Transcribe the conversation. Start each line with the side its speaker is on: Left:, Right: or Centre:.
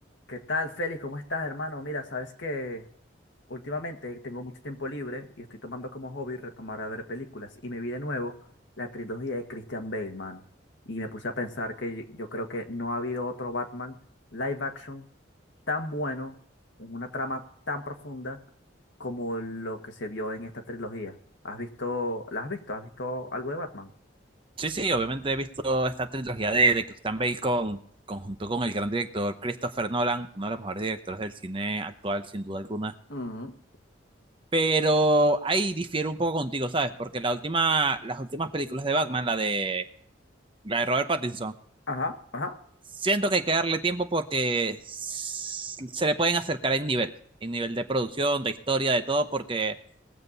Left: ¿Qué tal, Félix? ¿Cómo estás, hermano? Mira, sabes que últimamente tengo mucho tiempo libre y estoy tomando como hobby retomar a ver películas. Y me vi de nuevo la trilogía de Christian Bale, hermano. Y me puse a pensar que yo creo que no ha habido otro Batman live action tan bueno, en una trama tan profunda como lo que se vio en esta trilogía. ¿Has visto, la has visto? ¿Has visto algo de Batman?
Right: Sí, sí, obviamente he visto esta trilogía de, de Christian Bale con, conjunto con el gran director Christopher Nolan, uno de los mejores directores del cine actual, sin duda alguna.
Left: Ujú.
Right: Pero ahí difiero un poco contigo, ¿sabes? Porque la última, las últimas películas de Batman, la de, la de Robert Pattinson,
Left: Ajá, ajá.
Right: siento que hay que darle tiempo porque s- se le pueden acercar en nivel, en nivel de producción, de historia, de todo, porque